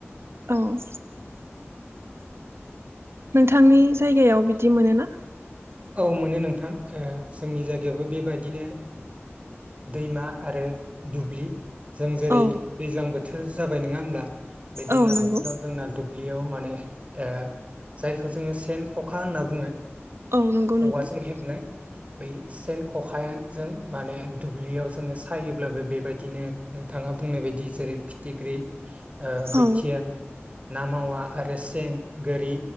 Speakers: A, on the right (about 65°); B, on the right (about 30°).
A: औ नोंथांनि जायगायाव बिदि मोनो ना?
B: औ मोनो नोंथां जोंनि जायगायावबो बेबायदिनो दैमा आरो दुब्लि जों जेरै
A: औ
B: दैज्लां बोथोर जाबाय नङा होमब्ला? बे दैलां
A: औ नंगौ
B: बोथोराव जोंना दुब्लियाव माने जायखौ जोङो सेन खखा होनना बुङो।
A: औ नंगौ नोंथां
B: औवाजों हेबनाय बै सेन खखाजों माने दुब्लियाव जोङो सायोब्लाबो बेबायदिनो नोंथाङा बुंनाय बायदि जेरै फिथिख्रि,
A: औ
B: बैथिया, ना मावा आरो सें, गोरि